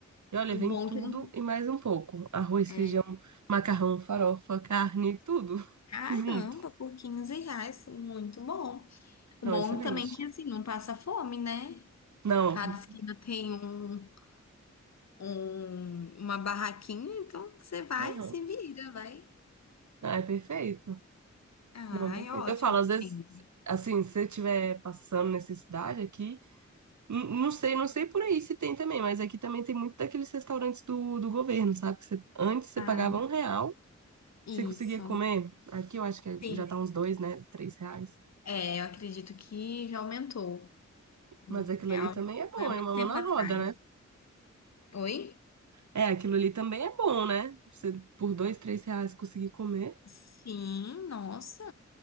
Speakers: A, on the right; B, on the left.
A: E olha,
B: O
A: vem
B: bom
A: tudo
B: é que não.
A: e mais um pouco. Arroz,
B: É,
A: feijão, macarrão, farofa, carne, tudo <laughs>
B: caramba,
A: junto.
B: por 15 reais, muito bom. O
A: Não,
B: bom
A: excelente.
B: também é que assim, não passa fome, né?
A: Não.
B: Cada esquina tem um, um- uma barraquinha, então você vai,
A: Uhum.
B: se vira, vai.
A: Ah, é perfeito.
B: Ah,
A: Não, perfeito.
B: é ótimo
A: Eu falo,
B: assim.
A: às vezes, assim, se você estiver passando necessidade aqui, n- não sei, não sei por aí se tem também, mas aqui também tem muito daqueles restaurantes do, do governo, sabe? Que você- antes você
B: Ah,
A: pagava um real,
B: isso.
A: você conseguia comer. Aqui eu acho que
B: Sim.
A: já tá uns dois, né? Três reais.
B: É, eu acredito que já aumentou. Um
A: Mas aquilo
B: real
A: ali também
B: já
A: é bom,
B: foi há muito
A: é uma
B: tempo
A: mão na
B: atrás.
A: roda, né?
B: Oi?
A: É, aquilo ali também é bom, né? Você por dois, três reais conseguir comer.
B: Sim, nossa.